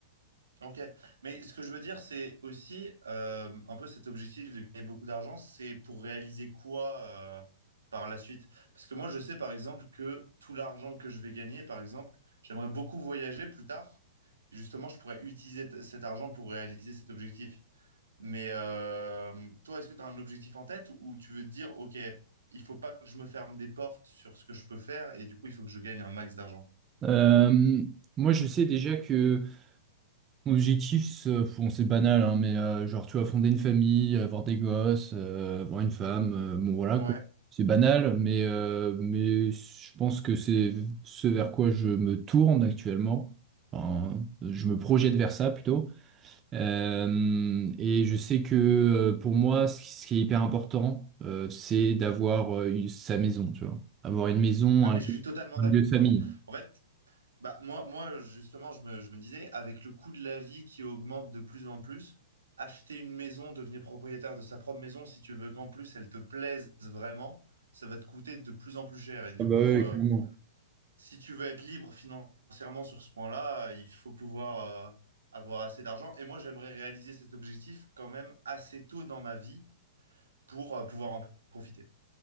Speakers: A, on the right (about 75°); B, on the right (about 25°).
A: Ok. Mais ce que je veux dire, c'est aussi euh, un peu cet objectif de gagner beaucoup d'argent, c'est pour réaliser quoi euh, par la suite? Parce que moi, je sais par exemple que tout l'argent que je vais gagner, par exemple, j'aimerais beaucoup voyager plus tard. Justement, je pourrais utiliser t- cet argent pour réaliser cet objectif. Mais euh, toi, est-ce que tu as un objectif en tête ou tu veux te dire, OK, il faut pas que je me ferme des portes sur ce que je peux faire et du coup, il faut que je gagne un max d'argent.
B: Euh, moi, je sais déjà que... Mon objectif, c'est euh, bon, c'est banal, hein, mais euh, genre, tu vois, fonder une famille, avoir des gosses, euh, avoir une femme, euh, bon, voilà,
A: Ouais.
B: quoi. C'est banal, mais, euh, mais je pense que c'est ce vers quoi je me tourne actuellement. Enfin, je me projette
A: Mm.
B: vers ça plutôt. Euh, et je sais que euh, pour moi, ce qui ce qui est hyper important, euh, c'est d'avoir euh, une- sa maison, tu vois. Avoir une maison,
A: Ah, mais
B: un, lieu
A: je suis totalement
B: un
A: d'accord.
B: lieu de famille.
A: En fait, bah, moi, moi, justement, je me, je me disais, avec le coût de la vie qui augmente de plus en plus, acheter une maison, devenir propriétaire de sa propre maison, si tu veux qu'en plus elle te plaise vraiment, ça va te coûter de plus en plus cher. Et du
B: Ah bah
A: coup,
B: ouais,
A: euh,
B: clairement.
A: si tu veux être libre financièrement sur ce point-là, euh, il faut pouvoir euh, avoir assez d'argent. Et moi, j'aimerais réaliser cet objectif quand même assez tôt dans ma vie pour euh, pouvoir en profiter.